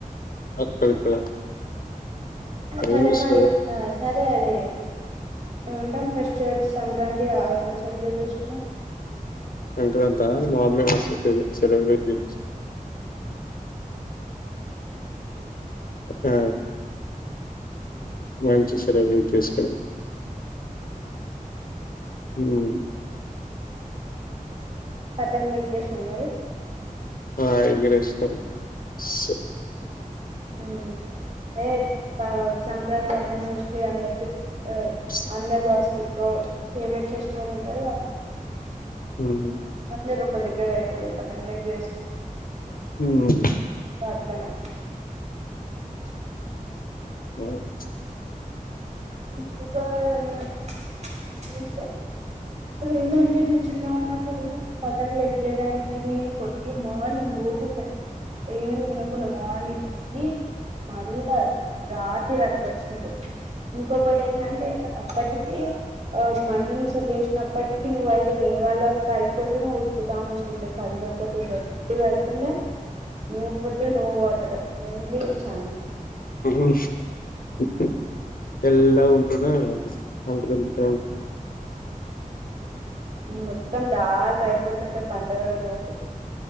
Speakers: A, on the left; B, on the right.
A: అక్కడక్కడ ఎం
B: సరే
A: జెస్సున్నావే.
B: మరి సరే అది ఏమంటాం ఫెస్టివల్స్ సంక్రాంతి ఆ ఎట్లా సెలబ్రేట్ చేసుకున్నా
A: సంక్రాంత మా అమ్నిమాసు సరే సెలబ్రిటీ ఆ ఏం చేస్తరండి జస్ట్ ఉమ్మ్
B: పల్లె కృష్ణుడు మరి <unintelligible>
A: ఆయ్ ఇగ నెక్స్ట్ సెట్ <unintelligible>
B: ఉమ్ అదే సంక్రాంతి అనేది మోస్ట్లీ అందరికి
A: స్
B: అందర్ బాస్కిట్ ఎక్కువ ఫేవరెట్ ఫెస్టివల్ ఉంటుంది గ <inaudible>
A: ఉహు
B: అందరు పెద్దగా దగ్గర ఐతరు పతంగులు ఎగురేస్తారు.
A: ఉమ్మ్ హు
B: ఆ అట్లనే
A: వమ్మే చుప్ <inaudible>
B: వమ్మికా <unintelligible> ఏంటంటే నువ్వు చిన్నగ ఉన్నప్పుడు పతంగి ఎదగరేయడానికి నేను పోయి మార్నింగ్ పోతుండే ఏం తినకుండా మార్నింగ్ పోయి మళ్ళా రాత్రి అట్ల అస్తుండే ఇంకొకటి ఏంటంటే అప్పటికి మంచం వేసి అప్పటికి నువ్వు అయితే వేరె వాళ్ళ బైక్ కోసం ఉరుకుతా ఉంటుండే కళ్ళు ఒకటి రెడ్డ్ గా అయితుండే no food no water only ఇంచాను
A: అహ్ హు హ్ తెల్లగా ఉంటుండే నేనైతే సంక్రాంతి తర్వాత
B: మొత్తం డార్క్ అయిపోతుండే పండుగలో